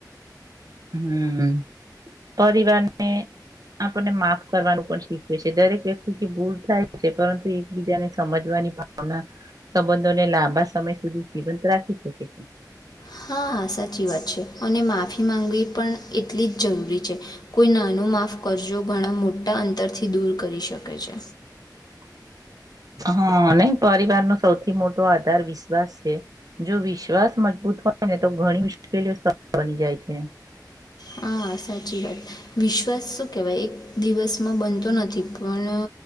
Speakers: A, on the right (about 55°); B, on the left (about 65°).
A: હમ, પરિવારને આપણને માફ કરવાનું પણ શીખવે છે, દરેક વ્યક્તિથી ભૂલ થાય છે, પરંતુ એકબીજાને સમજવા ભાવના સંબંધોને લાંબા સમય સુધી જીવંત રાખી શકે છે.
B: હા, સાચી વાત છે, અને માફી માંગવી પણ એટલી જ જરૂરી છે, કોઈ ના માફ કરજો ઘણા, મોટા અંતરથી દૂર કરી શકે છે.
A: <inaudible> હા, નહી પરિવાર નો સૌથી મોટો આધાર વિશ્વાસ છે, જો વિશ્વાસ મજબૂત વાય ને, તો ઘણી મુશ્કેલીઓ સળ બની જાય છે.
B: હા હા, સાચી વાત વિશ્વાસ શું કહેવાય એક દિવસમાં બનતો નથી, પણ